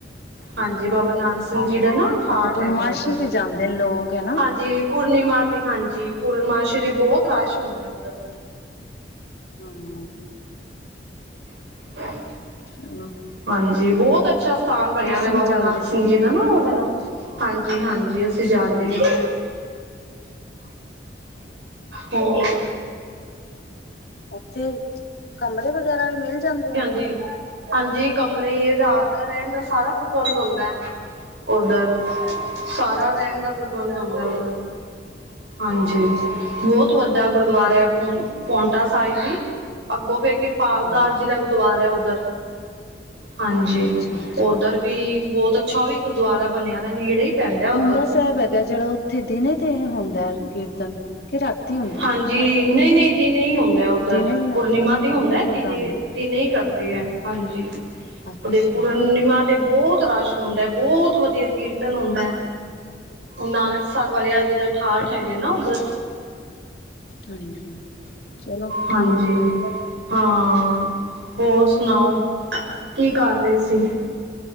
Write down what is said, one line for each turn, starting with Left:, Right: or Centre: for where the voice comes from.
Right: ਹਾਂਜੀ, ਬਾਬਾ ਨੰਦ ਸਿੰਘ ਜੀ ਦਾ ਨਾ ਠਾਠ
Left: ਉੱਥੇ ਪੂਰਨਮਾਸ਼ੀ
Right: ਹੈਗਾ, ਉੱਧਰ,
Left: ਤੇ ਜਾਂਦੇ ਨੇ ਲੋਕ ਹਨਾ
Right: ਹਾਂਜੀ। ਪੂਰਨੀਮਾ ਤੇ, ਹਾਂਜੀ। ਪੂਰਨਮਾਸ਼ੀ ਤੇ ਬਹੁਤ ਰਸ਼ ਹੁੰਦਾ ਏ, ਉੱਧਰ।
Left: ਹੰ
Right: <inaudible>
Left: ਚਲੋ
Right: ਹਾਂਜੀ, ਬਹੁਤ ਅੱਛਾ ਸਥਾਨ ਬਣਿਆਦਾ
Left: ਤੁਸੀਂ
Right: ਬਾਬਾ
Left: ਵੀ ਜਾਂਦੇ
Right: ਨੰਦ ਸਿੰਘ ਜੀ ਦਾ ਨਾ ਉਹ ਵਾਲਾ,
Left: ਹੋ
Right: ਹਾਂਜੀ-ਹਾਂਜੀ, ਅਸੀਂ ਜਾਂਦੇ
Left: ਹਾਂਜੀ
Right: ਹਾਂ। ਹੋਰ?
Left: ਉੱਥੇ, ਕਮਰੇ ਵਗੈਰਾ ਵੀ ਮਿਲ ਜਾਂਦੇ?
Right: ਜੀ। ਹਾਂਜੀ ਕਮਰੇ, ਰਾਤ ਦਾ ਰਹਿਣ ਦਾ ਸਾਰਾ ਪ੍ਰਬੰਧ ਹੁੰਦਾ। ਉੱਧਰ। ਸਾਰਾ
Left: ਅੱਛਾ
Right: ਰਹਿਣ ਦਾ ਪ੍ਰਬੰਧ ਹੁੰਦਾ, ਉੱਧਰ। ਹਾਂਜੀ,
Left: ਅੱਛਾ
Right: ਬਹੁਤ ਵੱਡਾ ਗੁਰਦੁਆਰਾ ਏ, ਪੋਂ, ਪੌਂਟਾ ਸਾਹਿਬ ਵੀ। ਅੱਗੋਂ ਫਿਰ ਕਿਰਪਾਲ
Left: ਹਾਂ
Right: ਦਾਸ ਜੀ ਦਾ ਗੁਰਦੁਆਰਾ ਹੈ ਉੱਧਰ, ਹਾਂਜੀ।
Left: ਅੱਛਾ ਅੱਛਾ
Right: ਉੱਧਰ ਵੀ ਬਹੁਤ ਅੱਛਾ ਓਵੀ ਗੁਰਦੁਆਰਾ ਬਣਿਆ ਦਾ ਨੇੜੇ ਹੀ ਪ੍ਹੈਂਦਾ
Left: ਪੂੰਦਾ
Right: ਉਂਧਰ,
Left: ਸਾਹਿਬ ਹੈਗਾ ਜਿਹੜਾ ਉੱਥੇ ਦਿਨੇ ਤੇ ਹੁੰਦਾ ਕੀਰਤਨ ਕਿ ਰਾਤੀ ਹੁੰਦਾ
Right: ਹਾਂਜੀ। ਜੀ, ਨਹੀਂ-ਨਹੀਂ ਦਿਨੇ ਈ ਹੁੰਦਾ ਉੱਧਰ,
Left: ਦਿਨੇ ਵੀ ਆਤੇ
Right: ਪੂਰਨੀਮਾ
Left: ਹੈ
Right: ਤੇ ਹੁੰਦਾ,
Left: ਪ੍ਰੋਗਰਾਮ
Right: ਦਿਨੇ, ਦਿਨੇ
Left: ਹੁੰਦਾ
Right: ਦਿਨੇ ਹੀ ਕਰਦੇ ਆ, ਹਾਂਜੀ
Left: ਅੱਛਾ।
Right: ਉਹਦੇ ਪੂਰਨੀਮਾ ਤੇ ਬਹੁਤ ਰਸ਼ ਹੁੰਦਾ। ਬਹੁਤ ਵਧੀਆ ਕੀਰਤਨ ਹੁੰਦਾ ਹੈ। ਨਾਨਕਸਰ ਵਾਲਿਆ ਜੀ ਦਾ ਠਾਠ ਹੈਗਾ ਨਾ, ਓੱਧਰ?
Left: ਹਾਂਜੀ। ਚਲੋ ਠੀਕ
Right: ਹਾਂਜੀ।
Left: ਹੈ
Right: ਹਾਂ, ਹੋਰ ਸੁਣਾਓ, ਕੀ ਕਰ ਰਹੇ ਸੀ?